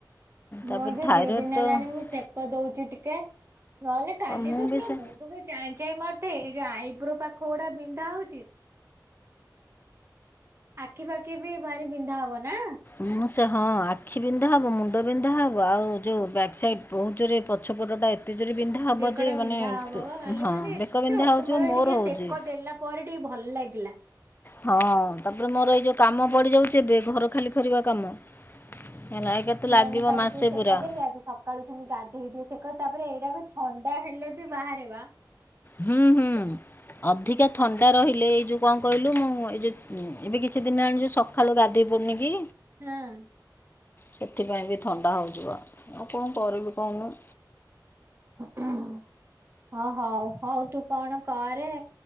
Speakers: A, on the right; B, on the left.
A: ମୋର
B: ତାପରେ
A: ଯୋଉ
B: ଥାଇରଏଡ଼୍
A: ଦି ଦିନ
B: ତ
A: ହେଲାଣି ମୁଁ ସେ କ ଦଉଛି ଟିକେ, ନହେଲେ କାଲି
B: ମୁଁ
A: ତ
B: ବି
A: ପୁରା
B: ସେ
A: ମୁଣ୍ଡ ଚାଇଁ ଚାଇଁ ମାତେ ଏଇ ଯଉ ଆଇବ୍ରୋ ପାଖ ଗୁଡା ବିନ୍ଧା ହଉଛି। ଆଖି ପାଖି ବି ଭାରି ବିନ୍ଧା ହବ ନା?
B: ମୁଁ ସେ ହଁ ଆଖି ବିନ୍ଧା ହେବ, ମୁଣ୍ଡ ବିନ୍ଧା ହେବ, ଆଉ ଯଉ ବ୍ୟାକ୍ ସାଇଡ଼୍ ବୋହୁତ ଜୋରେ ପଛପଟା ଏ ଏତେ ଜୋରେ ବିନ୍ଧା ହେବ
A: ବେକଟା
B: ଯେ
A: ବିନ୍ଧା
B: ମାନେ
A: ହବ ବା କାଲି
B: ହଁ
A: ମାନେ ଏତେ
B: ବେକବନ୍ଧା
A: ଅସମ୍ଭାଳ
B: ହେଉଛି ମୋର
A: ଟିକେ
B: ହୋଉଛି।
A: ସେକ ଦେଲା ପରେ ଟିକେ ଭଲ ଲାଗିଲା।
B: ହଁ ତାପରେ ମୋର ଏଇ ଯୋଉ କାମ ପଡି ଯାଉଛି ଏବେ ଘର ଖାଲି କରିବା କାମ ହେଲା ଏ କେତୁ
A: ନାଇଁ
B: ଲାଗିବ
A: ମୁଁ କାଲି
B: ମାସେ
A: ଟିକେ ସେକ
B: ପୁରା।
A: ଦେଲି ଆଜି ସକାଳୁ ସେମି ଗାଧେଇ ଟିକେ ସେ କ ତାପରେ ଏଇଟା ବି ଥଣ୍ଡା ହେଲେ ବି ବାହାରିବା।
B: ହୁଁ ହୁଁ। ଅଧିକା ଥଣ୍ଡା ରହିଲେ ଏଇ ଯୋଉ କଣ କହିଲୁ ମୁଁ ଏଇ ଯଉ ଏବେ କିଛି ଦିନ ହେଲାଣି ଜୋଉ ସକା ଖାଲୁ ଗାଧୋଇ ପଡ଼ନି କି?
A: ହଁ।
B: ସେଥିପାଇଁ ବି ଥଣ୍ଡା ହଉଯିବ, ଆଉ କଣ କରିବି କହୁନୁ?
A: ଉଁ ହୁଁ ହଁ ହଉ ହଉ ତୁ କଣ କରେ?